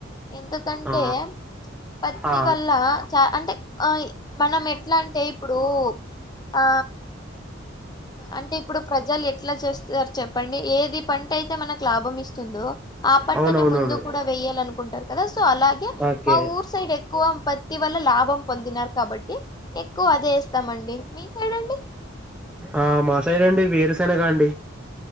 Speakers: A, on the left; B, in the centre.
A: ఎందుకంటే
B: ఆ
A: పత్తి
B: ఆ
A: వల్ల చ అంటే ఆ మనం ఎట్లా అంటే ఇప్పుడు ఆ అంటే ఇప్పుడు ప్రజలు ఎట్లా చేస్తారు చెప్పండి ఏది పంట అయితే మనకు లాభం ఇస్తంది దో పంటనే
B: అవునవునవును
A: ముందు కూడా వేయ్యాలి అనుకుంటారు కదా సో అలాగే
B: ఓకే
A: మా ఊర్ సైడ్ ఎక్కువ పత్తి వల్ల లాభం పొందినారు కాబట్టి ఎక్కువ అదే వేస్తామండి మీ సైడ్ అండి
B: అ మాసైడ్ అండి వేరుశేనగా అండి